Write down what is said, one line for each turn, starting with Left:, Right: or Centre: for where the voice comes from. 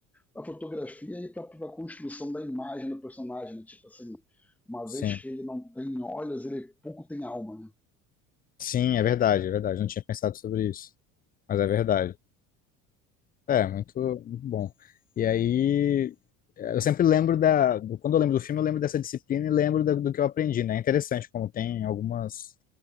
Centre: a fotografia e para a construção da imagem do personagem, né? tipo assim, uma
Left: sim.
Centre: vez que ele não tem olhos, ele pouco tem alma, né?
Left: Sim, é verdade, é verdade. Não tinha pensado sobre isso, mas é verdade. É, muito, muito bom. E aí, eu sempre lembro da, do- quando eu lembro do filme, eu lembro dessa disciplina e lembro da- do que eu aprendi, né? É interessante como tem algumas,